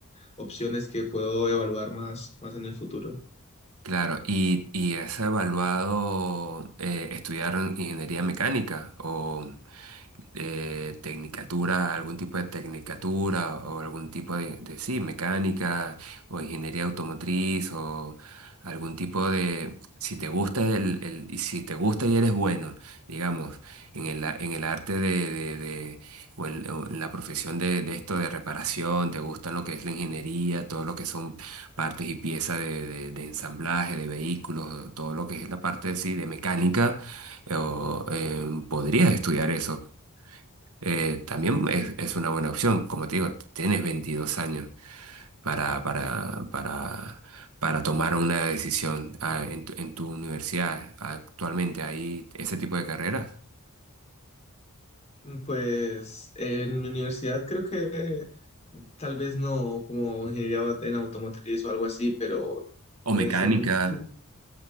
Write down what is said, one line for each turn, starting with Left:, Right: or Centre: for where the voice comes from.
Left: opciones que puedo evaluar más, más en el futuro.
Right: Claro, ¿y, y has evaluado eh, estudiar ingeniería mecánica o eh, tecnicatura, algún tipo de tecnicatura o algún tipo de, de, sí, mecánica o ingeniería automotriz o algún tipo de, si te gusta el, el- y si te gusta y eres bueno, digamos, en el, a- en el arte de, de- de- o en, o en la profesión de, de esto de reparación, te gusta lo que es la ingeniería, todo lo que son partes y piezas de, de- de ensamblaje, de vehículos, todo lo que es la parte sí, de mecánica, eh, o, eh, podrías estudiar eso. Eh, también es, es una buena opción, como te digo, tienes 22 años para, para, para, para tomar una decisión ah, en tu, en tu universidad. Actualmente hay ese tipo de carreras,
Left: Mm, Pues en mi universidad creo que tal vez no como ingeniería en automotriz o algo así, pero
Right: o
Left: pues
Right: mecánica.
Left: en un futuro